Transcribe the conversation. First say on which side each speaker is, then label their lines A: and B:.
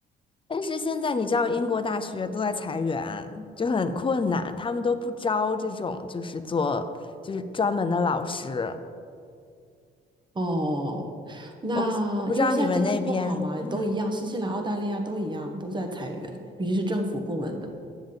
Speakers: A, on the left; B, on the right.
A: 但是现在你知道，英国大学都在裁员，就很困难，他们都不招这种就是做就是专门的老师，
B: 哦，那因为现在经济不好嘛，
A: 我不是我不知道你们那边，嗯，
B: 都一样，新西兰、澳大利亚都一样，都在裁员，尤其是政府部门的。